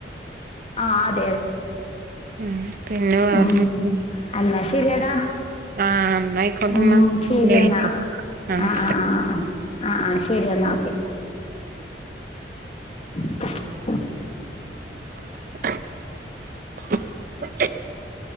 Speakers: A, on the left; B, on the right.
A: ആഹ് അ <inaudible>
B: ഉം പിന്നെ വെറെന്താ
A: ഉം എന്നാ ശരിയെടാ
B: ആഹ് ന്നായിക്കോട്ടെന്നാ
A: ഉം
B: പിന്നെ
A: ശരി
B: വിളിക്കാ
A: എന്നാ
B: ആഹ്
A: ആ ആ ആ ആ ആ ആ ശരി എന്നാ ഓക്കെ <inaudible>
B: <inaudible>